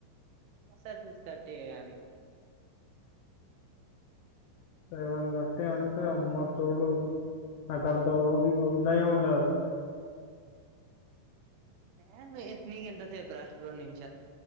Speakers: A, on the right; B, on the left.
A: సర్ సిక్స్ థర్టీ ఏ గాని
B: సెవెన్ థర్టీ అంటే కే అమ్మ తోడు నాక అంత ఓపిక ఉండేనే ఉండదు
A: ఏందీ నీ ఎంత సేపు రా రొన్ని